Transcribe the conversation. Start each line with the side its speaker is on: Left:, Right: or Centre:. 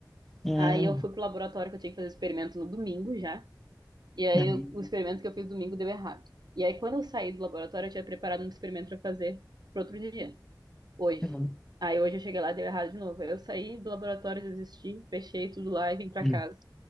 Centre: Hum,
Right: Aí eu fui pro laboratório que eu tinha que fazer experimento no domingo já. E aí
Centre: uhum,
Right: eu- o experimento que eu fiz domingo deu errado. E aí quando eu saí do laboratório, eu tinha preparado um experimento pra fazer pro outro dia, hoje.
Centre: uhum,
Right: Aí hoje eu cheguei lá, e deu errado de novo. Aí eu saí do laboratório, desisti, fechei tudo lá e vim pra
Centre: uhum.
Right: casa.